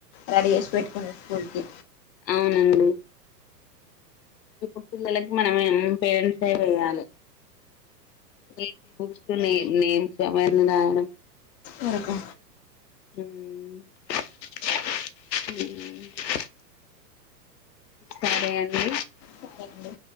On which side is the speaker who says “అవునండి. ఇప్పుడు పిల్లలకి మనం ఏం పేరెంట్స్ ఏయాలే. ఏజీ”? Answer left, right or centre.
Left